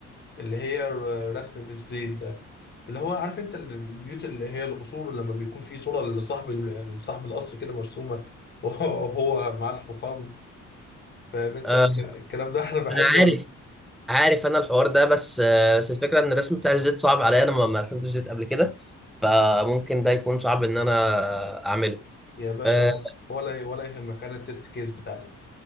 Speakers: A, on the left; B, in the centre.
A: اللي هي الرسم بالزيت ده اللي هو عارف أنت البيوت اللي هي القصور لما بيكون في صورة لصاحب ال- صاحب القصر كده مرسومة <laughs> وهو معاه الحصان فاهم أنت
B: آه،
A: الك- الكلام ده <laughs> أنا بحب
B: انا عارف عارف انا الحوار ده بس آه، بس الفكره ان الرسم بتاع الزيت صعب عليا انا ما ما رسمتش زيت قبل كده فممكن ده يكون صعب ان انا آه، اعمله
A: يا باشا
B: آه،
A: ولا ولا يهمك انا التست كيس بتاعتك